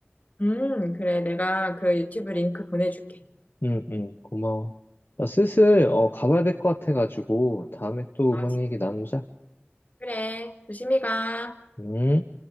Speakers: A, on the left (about 40°); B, on the left (about 60°).
A: 음, 그래. 내가 그 유튜브 링크 보내줄게.
B: 응, 응, 고마워. 나 슬슬 어, 가봐야 될 것 같아가지고 다음에 또
A: 아,
B: 음악 얘기 나누자.
A: 그래, 조심히 가.
B: 음.